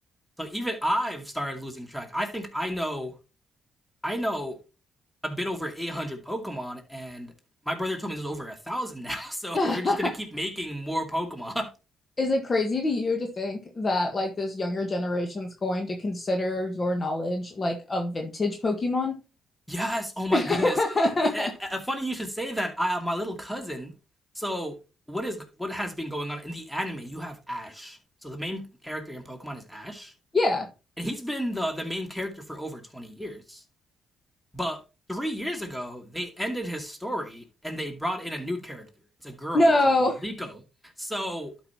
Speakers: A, in the centre; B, on the left.
A: So even I've started losing track. I think I know I know a bit over 800 Pokemon, and my brother told me there's over a thousand <laughs> now. So
B: <laughs>
A: they're just going to keep making more Pokemon. <laughs>
B: Is it crazy to you to think that like this younger generation's going to consider your knowledge like a vintage Pokemon?
A: Yes. Oh my
B: <laughs>
A: goodness. Yeah, uh, funny you should say that. Uh, my little cousin. So what is what has been going on in the anime? You have Ash. So the main character in Pokemon is Ash,
B: Yeah.
A: and he's been the the main character for over twenty years. But three years ago, they ended his story and they brought in a new character. It's a girl
B: No.
A: called Liko.
B: <laughs>
A: So.